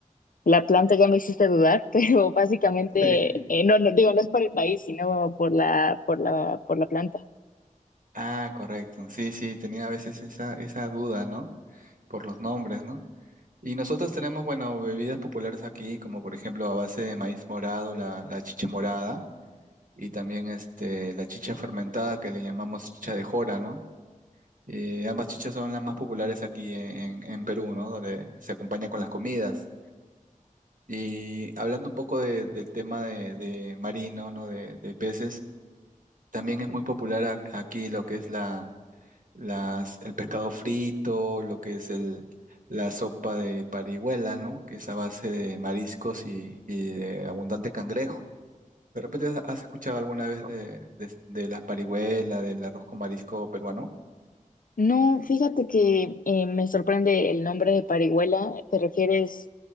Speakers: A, on the left; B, on the right.
A: la planta, ya me hiciste dudar, <laughs> pero básicamente,
B: Sí.
A: eh, no, no digo, no es por el país, sino por la, por la, por la planta.
B: Ah, correcto. Sí, sí, tenía a veces esa, esa duda, ¿no? Por los nombres, ¿no? Y nosotros tenemos, bueno, bebidas populares aquí, como por ejemplo a base de maíz morado, la, la chicha morada, y también este, la chicha fermentada que le llamamos chicha de jora, ¿no? Eh, ambas chichas son las más populares aquí en, en- en Perú, ¿no? Donde se acompañan con las comidas. Y hablando un poco de- del tema de, de marino, ¿no? De, de peces, también es muy popular a- aquí lo que es la las, el pescado frito, lo que es el, la sopa de parihuela, ¿no? Que es a base de mariscos y, y de abundante cangrejo. ¿De repente has has escuchado alguna vez de, de, de las parihuelas, del arroz con marisco peruano?
A: No, fíjate que eh, me sorprende el nombre de parihuela. ¿Te refieres,